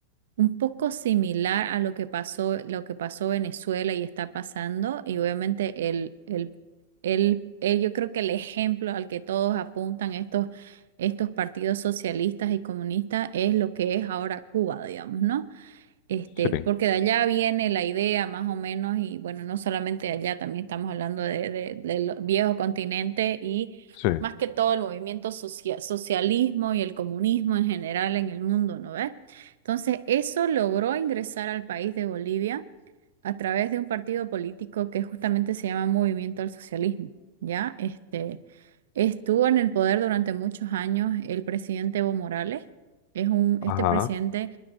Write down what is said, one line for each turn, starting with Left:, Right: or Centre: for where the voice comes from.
Right: un poco similar a lo que pasó, lo que pasó Venezuela y está pasando y obviamente el, el, el, el- yo creo que el ejemplo al que todos apuntan estos, estos partidos socialistas y comunistas es lo que es ahora Cuba, digamos, ¿no? Este,
Left: Sí,
Right: porque de allá viene la idea más o menos, y bueno, no solamente de allá, también estamos hablando de, de- del viejo continente y
Left: sí,
Right: más que todo el movimiento socia- socialismo y el comunismo en general en el mundo, ¿no ves? Entonces, eso logró ingresar al país de Bolivia a través de un partido político que justamente se llama Movimiento al Socialismo, ¿ya? Este, estuvo en el poder durante muchos años el presidente Evo Morales. Es un, este
Left: ajá,
Right: presidente